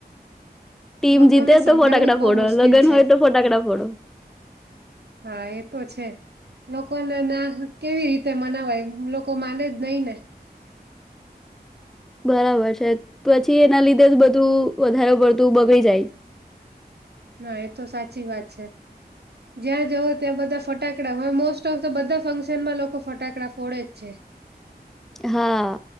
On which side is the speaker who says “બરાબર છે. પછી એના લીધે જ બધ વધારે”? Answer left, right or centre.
Centre